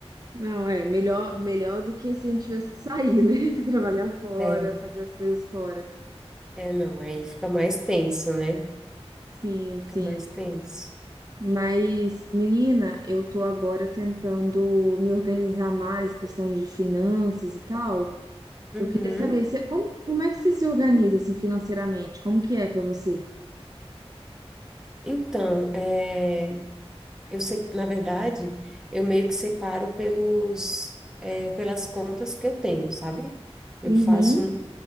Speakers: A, on the right (about 35°); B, in the centre.
A: não, é melhor, melhor do que se a gente tivesse que sair, né? <laughs> Trabalhar fora,
B: É,
A: fazer as coisas fora.
B: é, não, aí fica mais tenso, né?
A: Sim, sim.
B: Fica mais tenso.
A: Mas, menina, eu tô agora tentando me organizar mais, questão de finanças e tal.
B: Uhum.
A: Eu queria saber, você, como, como é que você se organiza, assim, financeiramente? Como que é pra você?
B: Então, é, eu, se- na verdade, eu meio que separo pelos, é, pelas contas que eu tenho, sabe? Eu
A: Uhum,
B: faço